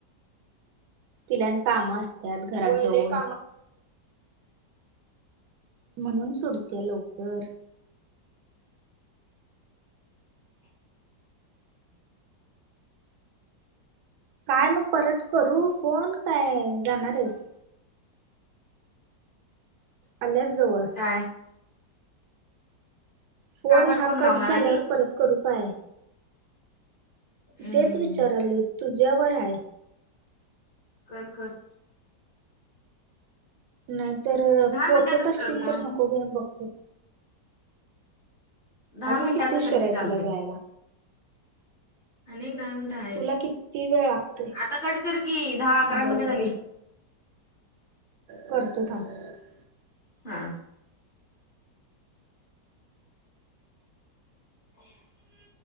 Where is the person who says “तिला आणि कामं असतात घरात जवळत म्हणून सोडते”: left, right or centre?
Right